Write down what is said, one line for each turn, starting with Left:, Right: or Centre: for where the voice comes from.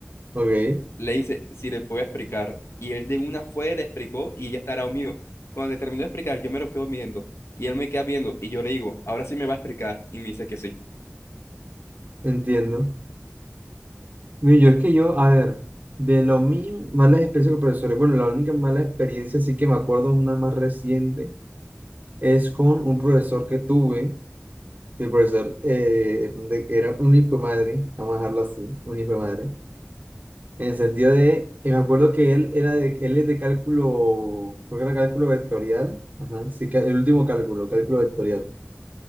Right: ok,
Left: le dice si le puede explicar. Y él de una fue, le explicó y ella estará mío. Cuando le terminó de explicar, yo me lo quedo viendo y él me queda viendo y yo le digo, ahora sí me va a explicar y me dice que sí.
Right: entiendo. Mira, Yo es que yo, a ver, de lo mío, malas experiencias con profesores. Bueno, la única mala experiencia sí que me acuerdo es una más reciente. Es con un profesor que tuve, que el profesor eh, de- era un hijo de madre, vamos a dejarlo así, un hijo de madre. En el sentido de, y me acuerdo que él era de, él es de cálculo, creo que era cálculo vectorial, ajá, sí, ca- el último cálculo, cálculo vectorial.